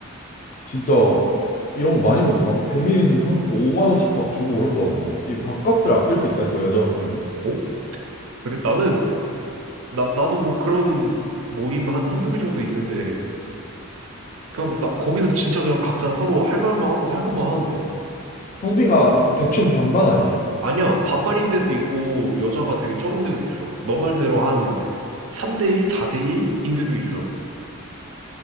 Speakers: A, on the left (about 35°); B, on the right (about 60°).
A: 진짜 이런 거 많이 본다니까. 막 배민 상품 5만 원씩 막 주고 그런다고. 이 밥값을 아낄 수 있다니까 여자로 살면.
B: 어? 그래? 나는, 나, 나도 뭐 그런 모임 한 한두 개 정도 있는데, 그냥 나 거기서 진짜 그냥 각자 서로 할 말만 하고 할 것만 하는데?
A: 성비가 대충 반반 아니야?
B: 아니야, 반반인 데도 있고 여자가 되게 적은 데도 있어. 너 말대로 한 3대1, 4대1인 데도 있어.